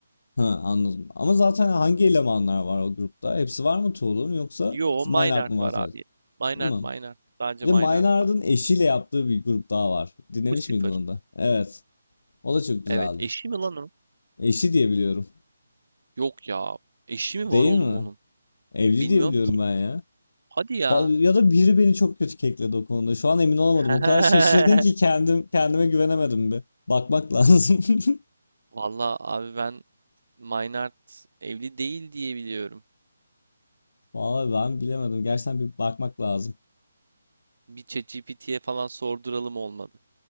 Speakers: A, on the left; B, on the right.
A: Ha, anladım. Ama zaten hangi elemanlar var o grupta? Hepsi var mı Tuğlu'nun yoksa
B: Yo, Maynard
A: Minart mı var
B: var
A: sadece?
B: abi. Maynard,
A: Değil mi?
B: Maynard. Sadece
A: Bir
B: Maynard
A: de Maynard'ın
B: var.
A: eşiyle yaptığı bir grup daha var. Dinlemiş
B: Pussifer.
A: miydin onu da? Evet. O da çok güzeldi.
B: Evet, eşi mi lan o?
A: Eşi diye biliyorum.
B: Yok ya. Eşi mi var
A: Değil
B: oğlum
A: mi?
B: onun?
A: Evli
B: Bilmiyorum
A: diye biliyorum
B: ki.
A: ben ya.
B: Hadi ya.
A: Fa- Ya da biri beni çok kötü kekledi o konuda. Şu an emin olamadım.
B: <laughs>
A: O kadar şaşırdın ki kendim kendime güvenemedim bir. Bakmak lazım. <laughs>
B: Valla abi ben Maynard evli değil diye biliyorum.
A: Vallahi ben bilemedim. Gerçekten bir bakmak lazım.
B: Bir ChatGPT'ye falan sorduralım olmadı.